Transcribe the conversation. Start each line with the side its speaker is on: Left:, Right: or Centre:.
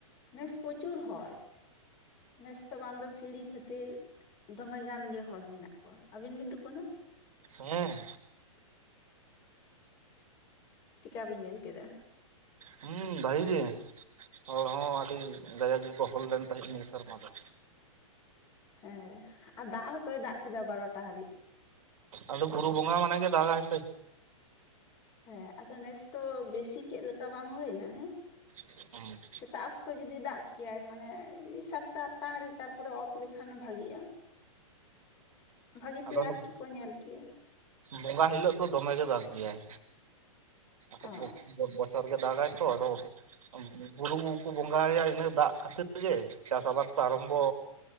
Left: ᱱᱮᱥ ᱯᱚᱪᱩᱨ ᱦᱚᱲ ᱱᱮᱥᱛᱚ ᱵᱟᱝᱫᱚ ᱥᱤᱲᱤ ᱠᱷᱟᱹᱛᱤᱨ ᱫᱚᱢᱮ ᱜᱟᱱ ᱜᱮ ᱦᱚᱲ ᱢᱮᱱᱟᱜ ᱠᱚᱣᱟ᱾ ᱟᱹᱵᱤᱱ ᱵᱤᱱ ᱫᱩᱠᱷᱟᱱᱟ?
Right: ᱦᱮᱸ
Left: ᱪᱮᱠᱟ ᱵᱤᱱ ᱧᱮᱞ ᱠᱮᱫᱟ?
Right: ᱦᱮᱸ ᱵᱷᱟᱹᱜᱤ ᱜᱮ ᱦᱚᱲ ᱦᱚᱸ ᱟᱹᱰᱤ ᱫᱟᱭᱟ ᱜᱮᱠᱚ ᱦᱚᱲ ᱞᱮᱱ ᱛᱟᱦᱮᱸᱫ ᱱᱤᱭᱟᱹ ᱥᱮᱨᱢᱟ ᱫᱚ
Left: ᱦᱮᱸ ᱟᱨ ᱫᱟᱜ ᱦᱚᱸᱛᱚᱭ ᱫᱟᱜ ᱠᱮᱫᱟ ᱵᱟᱨᱚᱴᱟ ᱦᱟᱹᱨᱤᱡ
Right: ᱟᱫᱚ ᱜᱩᱨᱩ ᱵᱚᱸᱜᱟ ᱢᱟᱱᱮ ᱜᱮ ᱫᱟᱜᱟ ᱥᱮ
Left: ᱦᱮᱸ ᱟᱫᱚ ᱱᱮᱥ ᱫᱚ ᱵᱮᱥᱤ ᱠᱮᱫ ᱞᱮᱠᱟ ᱵᱟᱝ ᱦᱩᱭᱱᱟ ᱦᱮᱸ
Right: <unintelligible>
Left: ᱥᱮᱛᱟᱜ ᱚᱠᱛᱚ ᱡᱩᱫᱤ ᱫᱟᱜ ᱠᱷᱮᱭᱟᱭ ᱢᱟᱱᱮ ᱥᱟᱛᱴᱟ ᱟᱴᱴᱟ ᱦᱟᱹᱨᱤᱡ ᱛᱟᱨᱯᱚᱨᱮ ᱚᱯᱷ ᱞᱮᱠᱷᱟᱱ ᱮ ᱵᱷᱟᱜᱤᱜᱼᱟ᱾
Right: <inaudible>
Left: ᱵᱷᱟᱹᱜᱤ
Right: ᱟᱫᱚ
Left: ᱛᱮ
Right: ᱚᱱᱮ
Left: ᱟᱨᱠᱤ ᱠᱚ ᱧᱮᱞ ᱠᱮᱭᱟ᱾
Right: ᱵᱚᱸᱜᱟ ᱦᱤᱞᱳᱜ ᱫᱚ ᱫᱚᱢ ᱜᱮ ᱫᱟᱜ ᱜᱮᱭᱟᱭ᱾ ᱵᱚᱪᱷᱚᱨ
Left: ᱚ
Right: ᱵᱚᱪᱷᱟᱨ ᱜᱮ ᱫᱟᱜᱟᱭ ᱛᱚ ᱟᱫᱚ ᱵᱩᱨᱩᱠᱚ ᱵᱚᱸᱜᱟᱭᱟ ᱤᱱᱟᱹ ᱫᱟᱜ ᱠᱷᱟᱹᱛᱤᱨ ᱜᱮ ᱪᱟᱥ ᱟᱵᱟᱫᱽ ᱠᱚ ᱟᱨᱟᱢᱵᱚ